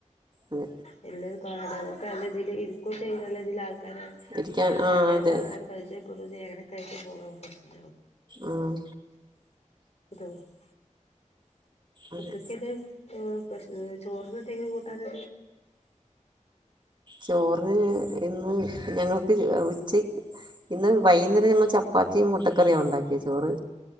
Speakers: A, on the right; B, on the left.
A: അതെ
B: നല്ലരു ക അതൊക്കെ നല്ല ഇതിൽ ഇരിക്കു ചെയ്യും നല്ലതിൽ ആൾക്കാരെ
A: ഇരിക്കാൻ ആ
B: അറിയാത്ത
A: അതെ
B: ആൾക്കാർ പരിജയ പെടുംചെയ്യ അങ്ങനെ കായിട്ട് പോകൻ ബസിൻ
A: ഉം
B: <unintelligible>
A: അതെ
B: മക്കക് ഇത് പ്രേശ്ന ചോറിന്ന് എന്തെങ്കിലും കൂട്ടാനു
A: ചോറിന് ഇന്ന് ഞങ്ങക്ക് ഉച്ചയ് ഇന്ന് വൈകുന്നേരം ഞങ്ങള് ചപ്പാത്തിയും മുട്ടക്കറിയാ ഉണ്ടാക്കിയ ചോറ്